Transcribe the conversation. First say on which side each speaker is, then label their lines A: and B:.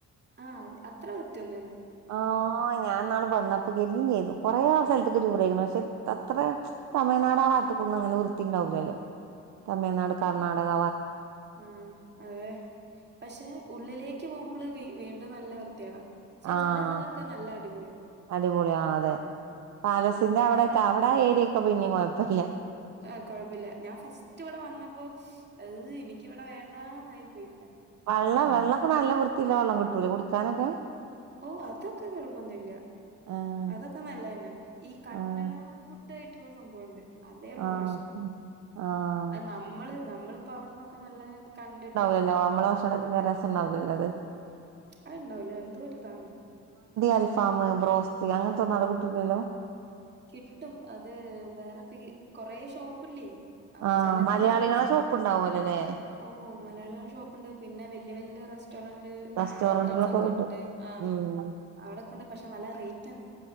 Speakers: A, on the right; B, on the right.
A: ആ അത്ര കൃത്യൊന്ന
B: ആ ഞാൻ നാള് വന്നപ്പോ <unintelligible> ചെയ്തു കൊറേ സ്ഥലത്തക്ക് ചോറ് <unintelligible> പക്ഷെ അത്ര തമിഴ്നാടാഭാത്തക്കൊന്നും അങ്ങനെ വൃത്തിണ്ടാവില്ലല്ലോ തമിഴ്നാട് കർണാടക
A: ആ അതെ പക്ഷെ ഉള്ളിലേക്ക് പോകുമ്പള് വീണ്ട് നല്ല വൃത്തിയാണ് പക്ഷെ
B: ആഹ്
A: ചെലെ സ്ഥലക്കെ നല്ല അടിപൊളിയ
B: അടിപൊളി ആ അതെ പാലസിന്റെ
A: ഇവിടെ
B: അവിടെക്കെ അവിടെ ആ ഏരിയൊക്കെ പിന്നെം കൊയപ്പില്ല
A: ആ കൊഴപ്പില്ല ഞാൻ ഫസ്റ്റ് ഇവിടെ വന്നപ്പോ ഏ എനിക്ക് വിടെ വേണ്ടാന്നായിപ്പോയി
B: വെള്ള വെള്ളക്കെ നല്ല വൃത്തിയില്ല വെള്ളം കിട്ടൂലേ കുടിക്കാനൊക്കെ
A: ഓ അതൊക്കെ കൊഴപ്പൊന്നുല്ല
B: ആഹ്
A: അതൊക്കെ നല്ലന്നെ ഈ കന്നഡ
B: ആഹ്
A: ഫുഡ് തായിട്ടുള്ള സംഭവംണ്ട് അതേ ഉള്ളൂ
B: ആഹ്
A: പ്രശ്നം
B: ആഹ്
A: അ നമ്മള് നമ്മളിപ്പോ അവിടന്നൊക്കെ നല്ല കണ്ടിട്ട്
B: ല്ലോ നമ്മള ഭക്ഷണത്തിന് രസംണ്ടാവ് ല്ലല്ലത്
A: അത് ഇണ്ടാവൂല എന്തോര്താണ്
B: അൽഫാം ബ്രോസ്റ്റ് അങ്ങനത്തൊന്നും ആടക്കിട്ടൂല്ലല്ലോ
A: കിട്ടും അത് വേറെ പീ കൊറേ ഷോപ്പില്ലേ അവ
B: ആഹ്
A: ചെല
B: മലയാളികളെ
A: നല്ല ഷോപ്പ് ഷോപ്പുണ്ട്
B: ഉണ്ടാവല്ലോല്ലേ
A: ഓ മലയാളിക ഷോപ്പ്ണ്ട് പിന്നെ വല്യ വല്യ റെസ്റ്റോറന്റ്
B: റെസ്റ്റോറന്റിലൊക്കെ
A: ഹോട്ടൽസൊക്കെണ്ട്
B: കിട്ടും
A: ആ
B: ഉം
A: അവടൊക്ക്ണ്ട് പഷേ ന്നല്ല റേയ്റ്റാണ്